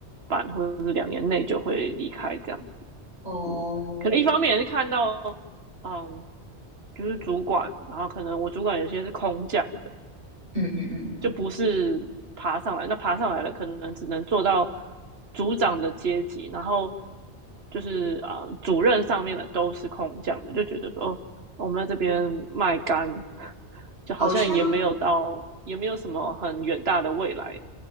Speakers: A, on the right; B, on the right.
A: 半或者是两年内就会离开这样子，
B: 哦，
A: 嗯，可能一方面也是看到嗯。就是主管，然后可能我主管有些是空降的，
B: 嗯嗯嗯，
A: 就不是爬上来。那爬上来了，可能只能做到组长的阶级，然后就是啊、呃主任上面的都是空降的，就觉得说哦，我们在这边卖干，<laughs> 就好像也没有到，
B: 好像
A: 也没有什么很远大的未来，